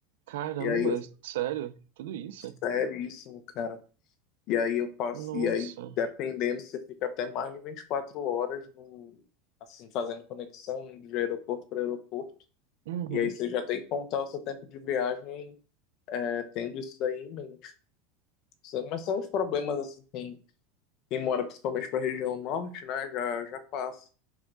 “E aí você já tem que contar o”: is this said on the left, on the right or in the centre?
Left